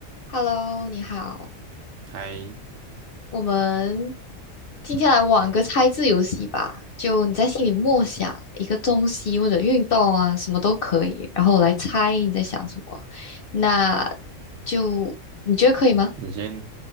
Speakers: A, on the left (about 60°); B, on the right (about 70°).
A: Hello，你好，
B: 嗨，
A: 我们今天来玩个猜字游戏吧。就你在心里默想一个东西或者运动啊，什么都可以，然后我来猜你在想什么。那就你觉得可以吗？
B: 你先